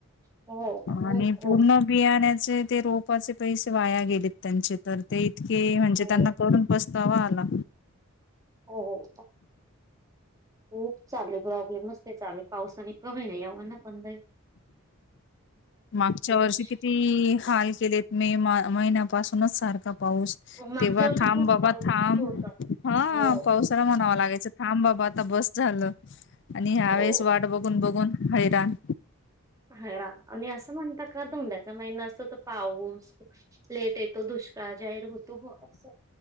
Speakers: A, on the right (about 15°); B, on the left (about 55°).
A: हो खूप
B: आणि
A: खूप
B: पूर्ण बियाण्याचे ते रोप पा चे पैसे वाया गेलेत त्यांचे. तर ते इतके म्हणजे,
A: हो
B: त्यांना करून पसतावा आला
A: हो <unintelligible> खूप चालू प्रॉब्लेम नुसते चालु, पावसाने कमी नाही येव ना पण बाई
B: मागच्या वर्षी
A: आहे.
B: किती, हाल केलेत मे मा महिन्यापासूनच सारखा पाऊस.
A: मागच्या
B: तेव्हा
A: वर्षी
B: थांब
A: खूप
B: बाबा
A: पाऊस
B: थांब,
A: होता
B: हा
A: हो
B: पाऊस म्हणाव लागायच थांब बाबा आता बस झालं, आणि ह्यावेेळेस
A: हो
B: वाट बघून बघून हैराण
A: हैराण, आणि असं म्हणतात का धोंड्याचा महिना असतो तो पाऊस लेट येत. तो दुष्काळ जाहीर होतो. अस